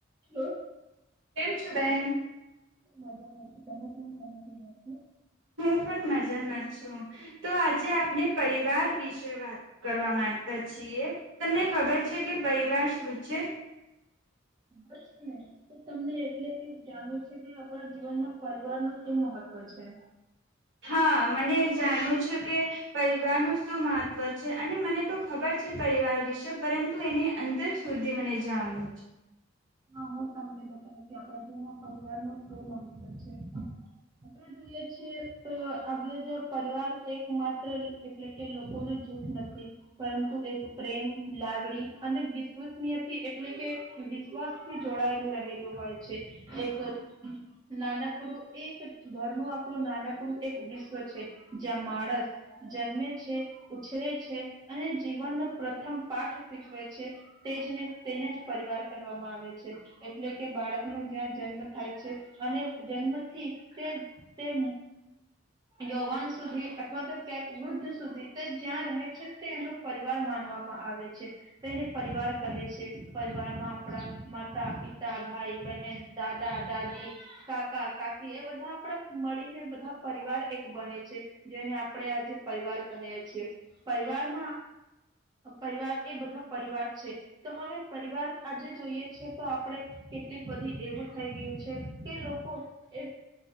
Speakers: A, on the right (about 20°); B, on the right (about 65°).
A: Hello
B: કેમ છો બેન?
A: મજામાં છું, તમે પણ તમે ક્યા છો
B: હું પણ મજામાં છું, તો આજે આપને પરિવાર વિશે વાત કરવા માંગતા છીએ, તમને ખબર છે કે પરિવાર શું છે?
A: ખબર છે ને, તો તમને એટલે કે જાણવું છે કે આપણા જીવનમાં પરિવાર નું શું મહત્વ છે?
B: હા મને એ જાણવું છે, કે પરિવારનું શું મહત્વ છે અને મને તો ખબર છે પરિવાર વિશે પરંતુ એની અંદર સુધી મને જાણવુ છે.
A: હા હું તમને બતાવુ કે આપણા જીવનમાં પરિવાર નું શું મહત્વ છે? આપણે જોઈએ છીએ તો આપ જો પરિવાર એક માત્ર એટલે કે લોકોનું જૂથ નથી, પરંતુ એક પ્રેમ, લાગણી અને વિશ્વસનીયથી એટલે કે વિશ્વાસ જોડાયેલું રહેલું હોય છે, એક નાનકડું એક ઘરનું આપણું નાનકડું એક વિશ્વ છે, જ્યાં માણસ જન્મે છે ઉછરે છે, અને જીવનનો પ્રથમ પાઠ શીખવે છે, તેજને તેને જ પરિવાર કહેવામાં આવે છે. એટલે કે બાળકનો જ્યાં જન્મ થાય છે, અને જન્મથી તે તે યૌવાન સુધી અથવા તો ક્યાંક વૃદ્ધ સુધી તે જ્યાં રહે છે, તે એનો પરિવાર માનવામાં આવે છે, તેને પરિવાર કહે છે. પરિવારમાં આપણા માતા, પિતા, ભાઈ, બહેન, દાદા, દાદી, કાકા, કાકી એ બધા આપડા મળીને બધા પરિવાર એક બને છે. જેને આપણે આજે પરિવાર કહીએ છીએ, પરિવારમાં પરિવાર એ બધા પરિવાર છે, તો હવે પરિવાર આજે જોઈએ તો આપણે કેટલીક બધી એવું થઈ ગયું છે, કે લોકો એ